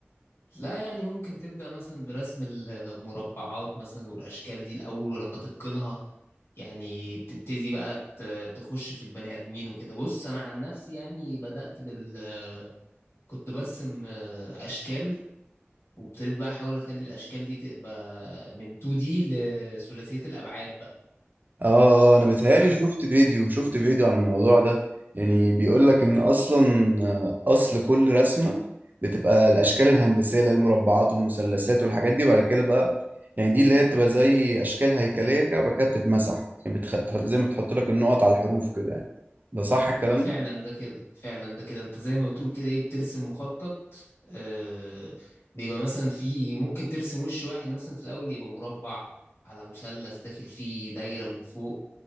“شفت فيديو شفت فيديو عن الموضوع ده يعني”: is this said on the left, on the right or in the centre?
Right